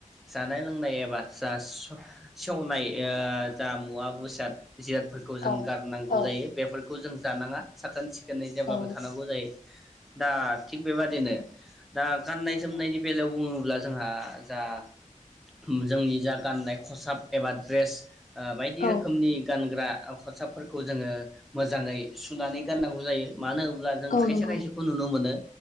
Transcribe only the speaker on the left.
औ
औ
औ
औ
औ
नंगौ